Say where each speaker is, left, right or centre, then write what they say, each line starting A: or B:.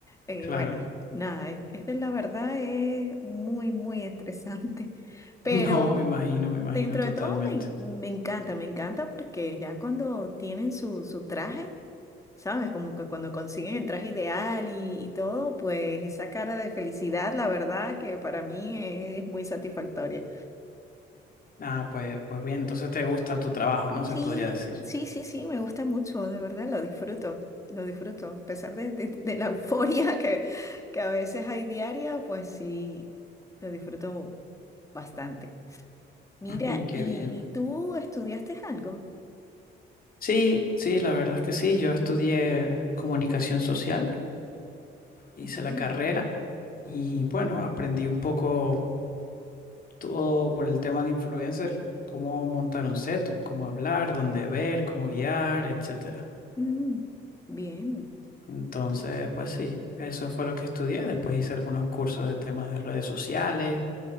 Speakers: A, on the left; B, on the left.
A: Eh,
B: claro.
A: bueno,
B: <laughs>
A: nada, es, es de la verdad es muy, muy estresante, <laughs> pero
B: No, me imagino, me imagino
A: dentro
B: totalmente.
A: de todo me, en- me encanta, me encanta porque ya cuando tienen su, su traje, ¿sabes? Como que cuando consiguen el traje ideal y, y todo, pues esa cara de felicidad, la verdad que para mí es muy satisfactoria.
B: Ah, pues, pues bien, entonces te gusta tu trabajo, ¿no?
A: Sí,
B: Se podría decir.
A: sí, sí, sí, me gusta mucho, de verdad, lo disfruto, lo disfruto. A pesar de, de- de la <laughs> euforia que, que a veces hay diaria, pues sí, lo disfruto bastante. Mira,
B: <laughs> Mm, Qué
A: ¿y
B: bien.
A: tú estudiaste algo?
B: Sí, sí, la verdad es que sí. Yo estudié comunicación social, hice
A: Bien,
B: la carrera y bueno, aprendí un poco todo por el tema de influencers, cómo montar un setup, cómo hablar, dónde ver, cómo guiar, etcétera.
A: mm, bien,
B: Entonces, pues sí, eso fue lo que estudié. Después hice algunos cursos de temas de redes sociales